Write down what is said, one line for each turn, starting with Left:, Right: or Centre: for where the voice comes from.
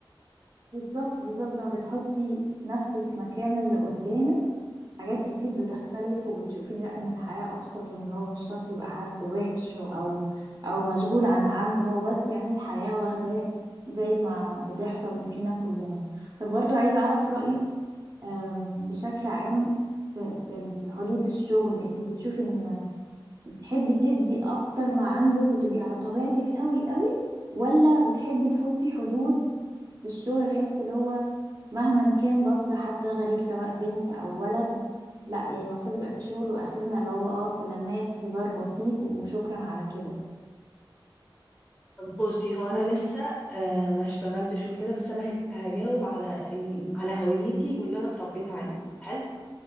Right: بالظبط بالظبط لما بتحطي نفسك مكان اللي قدامك حاجات كتير بتختلف وبتشوفي لا ان الحياة ابسط وان هو مش شرط يبقى حد وحش او او مشغول عن عمد هو بس يعني الحياة واخداه زي ما بتحصل فينا كلنا طب برضو عايزة اعرف رأيك أم، بشكل عام في في حدود الشغل انت بتشوفي ان تحبي تدي اكتر ما عندك وتبقي على طبيعتك قوي قوي ولا بتحبي تحطي حدود في الشغل الحس اللي هو مهما كان برضو ده حد غريب سواء بنت او ولد لا يعني المفروض يبقى في شغل واخرنا اللي هو اه سلامات هزار بسيط وشكرا على كده
Centre: بصي هو انا لسه آه، ما اشتغلتش وكده بس انا هج- هجاوب على ال... على هويتي واللي انا اتربيت عليه حلو